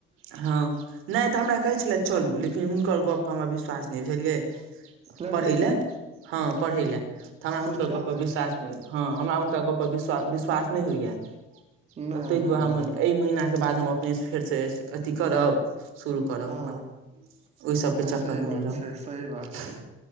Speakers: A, on the right; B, on the right.
A: हँ नहि तऽ हमरा कहै छलै चलू लेकिन हुनकर गपपर हमरा विश्वास नहि बुझलियै
B: लाइब्रेरी
A: पढ़ै लए हँ पढ़ै लए तऽ हमरा
B: पुस्तकालय
A: हुनकर गप्प विश्वास हँ हमरा हुनका गपर विश्व विश्वास नहि होइए
B: नहि
A: तऽ ताहि
B: नहि
A: दुआरे हम
B: नहि
A: एहि महीनाके बाद हम अपनेसँ फेरसँ अथी करब शुरू कर
B: हँ
A: ओ अपन ओहि सबके चक्कर
B: सही
A: मे
B: बात
A: नहि रह
B: छै सही बात छै